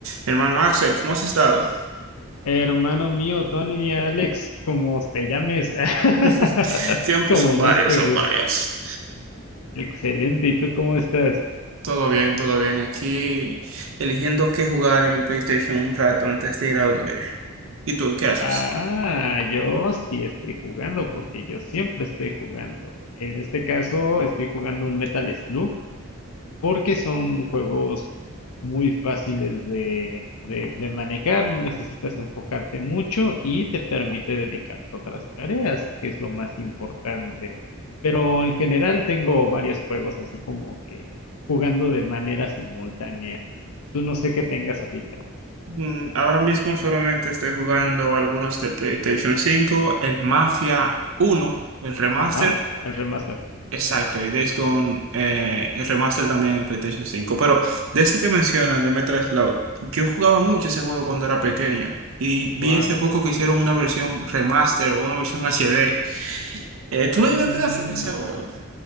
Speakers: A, on the right; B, on the left.
A: Hermano Axel, ¿cómo has estado?
B: Hermano mío, Tony, Alex, como te llames, <laughs>
A: <laughs> Siempre
B: como
A: son varios,
B: más te
A: son
B: guste.
A: varios.
B: Excelente, ¿y tú cómo estás?
A: Todo bien, todo bien. Aquí eligiendo qué jugar en mi PlayStation un rato antes de ir a dormir. ¿Y tú qué haces?
B: Ah, yo sí estoy jugando porque yo siempre estoy jugando. En este caso estoy jugando un Metal Slug. porque son juegos muy fáciles de, de, de manejar, no necesitas enfocarte mucho y te permite dedicarte a otras tareas, que es lo más importante. Pero en general tengo varios juegos así como que jugando de manera simultánea. Tú no sé qué tengas ahorita.
A: Mm, Ahora mismo solamente estoy jugando algunos de PlayStation 5, el Mafia 1, el remaster,
B: Ajá, el remaster.
A: Exacto, y Days Gone, eh, el remaster también en PlayStation cinco. Pero de ese que mencionas, de Metal Slug, yo jugaba mucho ese juego cuando era pequeño. Y vi
B: Gua-
A: hace poco que hicieron una versión remaster o una versión HD. Eh, ¿tú
B: Mm,
A: lo llegaste a dar fin a ese juego?